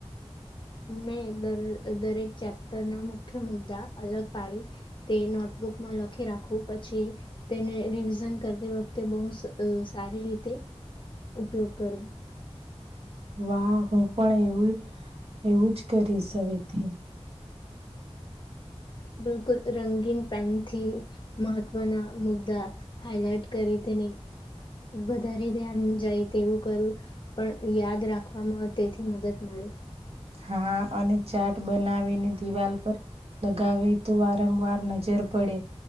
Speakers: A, on the left; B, on the right.
A: મેં દર દરેક ચેપ્ટર ના મુખ્ય મુદ્દા અલગ પાડી તે નોટબુકમાં લખી રાખવું પછી તેને રિવિઝન કરતી વખતે બહુ સારી રીતે ઉપયોગ કરવો
B: વાહ હું પણ એમજ એવું જ કરીશ હવેથી
A: બિલકુલ રંગીન પેનથી મહત્વના મુદ્દા હાઈલાઈટ કરી તેને વધારે ધ્યાન જાય તેવું કરું પણ યાદ રાખવામાં તેથી મદદ મળે
B: હા અને ચાર્ટ બનાવીને દિવાલ પર લગાવે તો વારંવાર નજર પડે